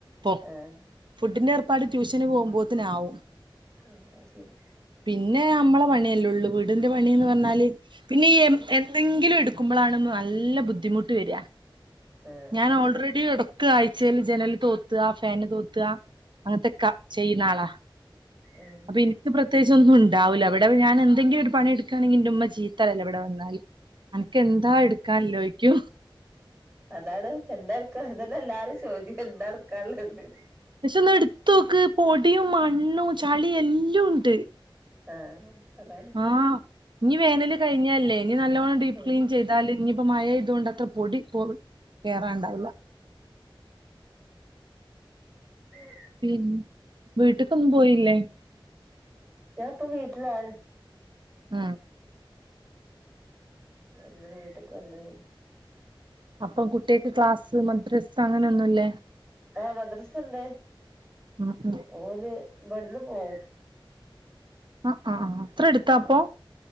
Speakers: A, on the right; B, on the right.
A: പോ
B: ആഹ്
A: ഫുഡിൻ്റെ ർ പപ്പാട് ട്യൂഷന് പോകുമ്പോത്തനാകും
B: ഉം അയ് ശെരി
A: പിന്നെ നമ്മളെ പണിയല്ലള്ളു വീ ന്റെ പണിന്ന് പറഞ്ഞാല് പിന്നെ ഈ എം എന്തെങ്കിലും എടുക്കുമ്പളാണ് നല്ല ബുദ്ധി ബുദ്ധിമുട്ട് വര
B: ആഹ്
A: ഞാൻ ഓൾറെഡി എടക്ക കാഴ്ചൽ ജനല് തോത്ത ഫാന് തോത്ത അങ്ങനത്തക്കെ ചെയ്യുന്നാള
B: ഉം
A: അപ്പൊ ഇൻക്ക് പ്ര പ്രതേകിച്ചു ഒന്നും ഉണ്ടാവില്ലവിടെ ഞാ എന്തങ്കിലും ഒരു പണിെടുക്കുകണെങ്കിൽ എന്റെമ്മ ചീത്താറയലാ ഇവിടെ വന്നാല് എനക്ക് എന്താ എടുക്കാൻ ല്ലോ ക്യു
B: അതാണ് എന്താ അതന്നെ എല്ലാരും ചോദ്യം എന്താ എടുക്കാള്ളന്ന്
A: പക്ഷെ ഒന്ന് എടുത്ത നോക്ക് പോ പൊടിയും മണ്ണും ചളിയു എല്ലുണ്ട്
B: ആഹ് അതാണ്
A: ആഹ് ഇനി വേനല് കഴിഞ്ഞല്ലേ ഇനി നല്ലോണം ഡീപ്പ്
B: ഉം
A: ക്ലീൻ ചെയ്താല് ഇഞ്ഞി മയായതോണ്ടത്ര പൊടി പൊ കേറണ്ടാവില്ല.
B: ഉം
A: ഉം വീട്ട്ക്കൊന്നും പോയില്ലേ?
B: ഞാൻ ഇപ്പൊ വീട്ടിലാണ്.
A: ആഹ്
B: ഇന്ന് വീട്ടക്ക് വന്ന്.
A: അപ്പൊ കുട്ടികൾക്ക് ക്ലാസ് മദ്രസ അങ്ങനെയൊന്നുമില്ലേ?
B: ആഹ് മദ്രസണ്ട്
A: ഉം ഉം
B: ഓന് ഇവിടുന്നു പോകും.
A: ആഹ് ആഹ് അത്ര എടുത്താപ്പൊ?